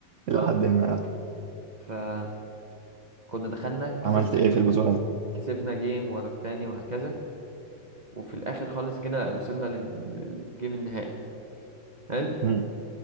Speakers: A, on the right (about 80°); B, on the right (about 35°).
A: لحد
B: اه
A: ما
B: فكنا دخلنا كسبنا
A: عملت ايه في البطولة دي
B: كسبنا جيم ورا التاني وهكذا وفي الاخر خالص جينا وصلنا لل- للجيم النهائي حلو
A: امم